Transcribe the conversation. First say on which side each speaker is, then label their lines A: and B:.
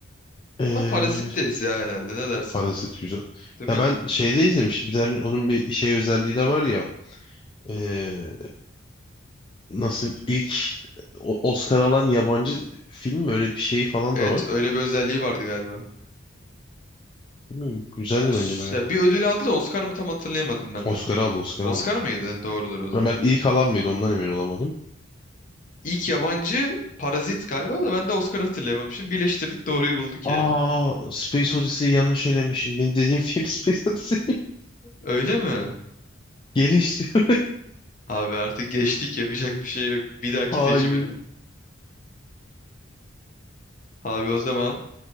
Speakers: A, on the left; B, on the left.
A: Ee,
B: Ama parazit deriz ya herhalde ne dersin?
A: Parazit güzel.
B: Değil
A: Ya
B: mi?
A: ben şeyde izlemiştim. Bir tane onun bir şey özelliği de var ya. Ee, nasıl ilk o- Oscar alan yabancı film mi? öyle bir şey falan
B: Evet
A: da var.
B: öyle bir özelliği vardı galiba.
A: Bilmiyorum, güzeldi
B: Os
A: bence baya.
B: ya bir ödül aldı da Oscar mı tam hatırlayamadım ben
A: Oscar
B: de.
A: aldı Oscar
B: Oscar
A: aldı.
B: mıydı? Doğrudur o zaman.
A: Ama ben ilk alan mıydı ondan emin olamadım.
B: İlk yabancı Parazit galiba da ben de Oscar hatırlayamamışım. Birleştirdik doğruyu bulduk
A: Aa
B: yani.
A: Space Odyssey'i yanlış elemişim. Benim dediğim film <laughs> Space Odyssey.
B: Öyle mi?
A: Geri <laughs>
B: Abi artık geçtik yapacak bir şey yok. Bir dahaki
A: Hayır.
B: seçimine. Abi o zaman